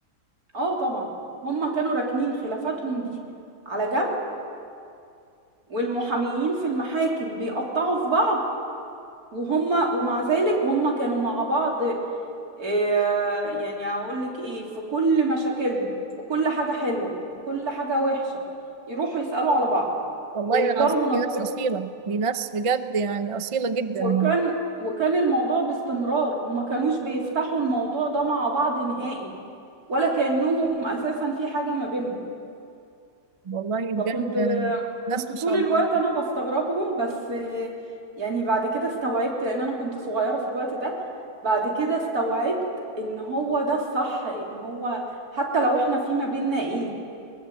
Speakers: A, on the right; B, on the right.
A: اه طبعا هما كانوا راكنين خلافاتهم دي على جنب والمحاميين في المحاكم بيقطعوا في بعض وهما ومع ذلك هما كانوا مع بعض آه، يعني اقول لك ايه في كل مشاكلهم في كل حاجة حلوة وكل حاجة وحشة يروحوا يسألوا على بعض
B: والله
A: ويحضروا
B: العظيم
A: مناسبات
B: في ناس أصيلة في ناس بجد يعني أصيلة جدا
A: وكان وكان الموضوع باستمرار وما كانوش بيفتحوا الموضوع ده مع بعض نهائي ولا كأنهم أساسا في حاجة ما بينهم
B: والله بجد
A: فكنت
B: ناس
A: كنت
B: ما
A: طول
B: شاء
A: الوقت
B: الله
A: انا بستغربهم بس يعني بعد كده استوعبت لان انا كنت صغيرة في الوقت ده بعد كده استوعبت ان هو ده الصح ان هو حتى لو احنا في ما بيننا ايه,